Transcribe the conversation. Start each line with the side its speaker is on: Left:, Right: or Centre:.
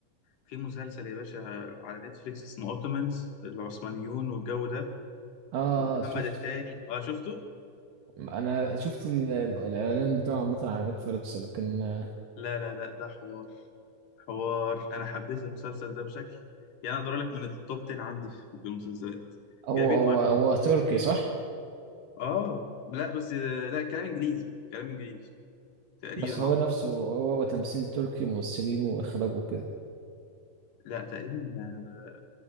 Left: في مسلسل يا باشا على نتفليكس اسمه اوتومانز العثمانيون والجو ده
Right: اه
Left: ومحمد
Right: شفته
Left: التاني اه شفته
Right: انا شفت ال- ال- الاعلان بتاعه عامه على نتفليكس لكن آه،
Left: لا لا لا ده حوار حوار انا حبيت المسلسل ده بشكل يعني اقدر اقول لك من التوب 10 عندي في في المسلسلات
Right: هو
Left: جايبين
Right: هو
Left: مؤرخ
Right: هو تركي صح
Left: اه لا بس لا كلام انجليزي كلام انجليزي تقريبا
Right: بس هو
Left: اه
Right: نفسه هو, هو تمثيل تركي ممثلين واخراج وكده
Left: لا تقريبا آه،